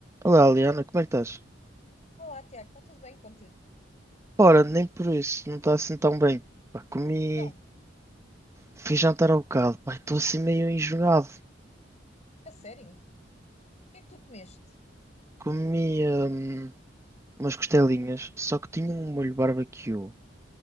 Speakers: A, on the right; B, on the left.
A: Olá, Liana, como é que estás?
B: Olá, Tiago, está tudo bem contigo?
A: Ora, nem por isso, não está assim tão bem. Pá, comi,
B: Então,
A: fui jantar ao bocado, pá, estou assim meio enjoado.
B: a sério, o que é que tu comeste?
A: Comi hum, umas costelinhas, só que tinha um molho barbecue.